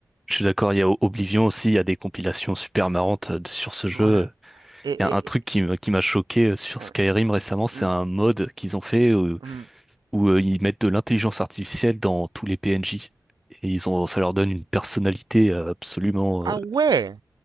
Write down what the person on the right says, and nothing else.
Voilà. Et... et-
et-
hein,
hein.
Hmm.
Ah
ouais!